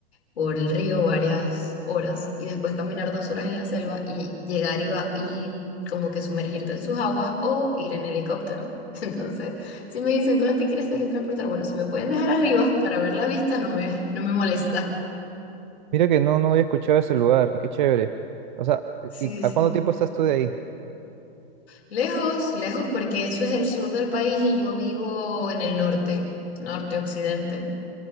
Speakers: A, on the left; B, on the right.
A: por el río varias horas y después caminar dos horas en la selva y llegar y, va- y como que sumergirte en sus aguas o ir en helicóptero. <laughs> Entonces, si me dicen, ¿dónde te quieres teletransportar? Bueno, si me pueden dejar arriba para ver la vista, no me, no me molesta.
B: Mira que no, no había escuchado ese lugar, qué chévere. O sea,
A: Sí,
B: ¿y a
A: sí.
B: cuánto tiempo estás tú de ahí?
A: Lejos, lejos, porque eso es el sur del país y yo vivo en el norte, norte, occidente.